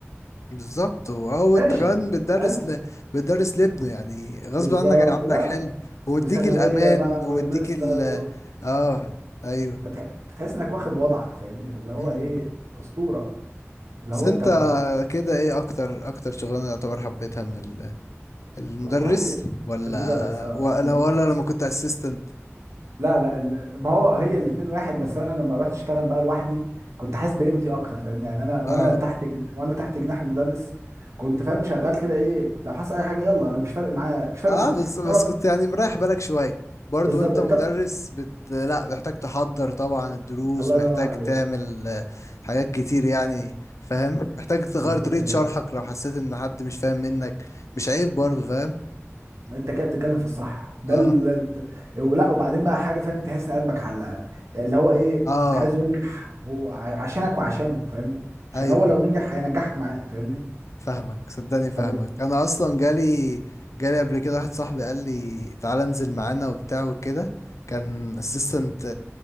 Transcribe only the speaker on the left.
بالظبط و- اه وانت
كمان بتدرس
ل... بتدرس لابنه يعني غصب
عنك هيعاملك
حلو ومديك
الامان
ومديك
ال
اه ايوه
مم.
بس
انت
كده ايه اكتر اكتر شغلانه يعتبر حبيتها من ال- المدرس
ولا
ولا
ولا لما كنت اسيستنت
اه
اه
بس
بس كنت يعني مريح بالك شوية برضو
انت
مدرس بت لا محتاج تحضر طبعا الدروس
محتاج
تعمل آه، حاجات كتير يعني فاهم محتاج تغير
طريقة
شرحك لو حسيت ان حد مش فاهم منك مش عيب برضو فاهم
اه
اه
ايوه
فاهمك صدقني
فاهمك انا اصلا جالي جالي قبل كده واحد صاحبي قال لي تعالى انزل معانا وبتاع وكده كان اسيستنت